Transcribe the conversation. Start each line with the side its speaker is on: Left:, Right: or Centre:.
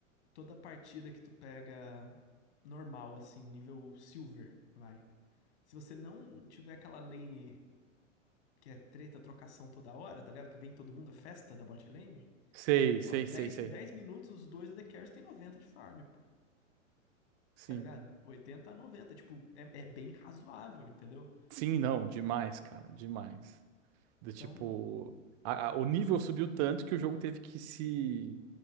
Left: toda partida que tu pega normal, assim, nível silver, vai. Se você não tiver aquela lane que é treta, trocação toda hora, tá ligado? Que vem todo mundo, é festa da bot lane.
Right: Sei,
Left: Pô,
Right: sei,
Left: dez,
Right: sei, sei.
Left: dez minutos, os dois AD Carries tem 90 de farm, pô.
Right: Sim.
Left: Tá ligado? 80, a 90, tipo, é, é bem razoável, entendeu?
Right: Sim, não, demais, cara, demais. Do
Left: Então,
Right: tipo, a- a- o nível subiu tanto que o jogo teve que se